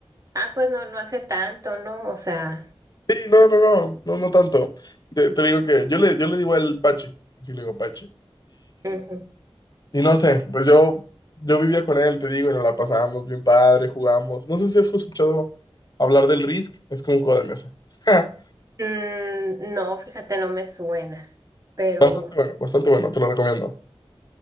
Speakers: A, on the right (about 35°); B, on the left (about 40°).
A: Ah, pues no, no hace tanto, ¿no? O sea...
B: Sí, no, no, no, no, no tanto. Te, te digo que yo le, yo le digo el Pachi, así le digo Pachi.
A: ujú.
B: Y no sé, pues yo, yo vivía con él, te digo, y nos la pasábamos bien padre, jugamos. No sé si has escuchado hablar del Risk, es como un juego de mesa. <laughs>
A: Mm, no, fíjate, no me suena, pero...
B: Bastante bueno, bastante bueno, te lo recomiendo.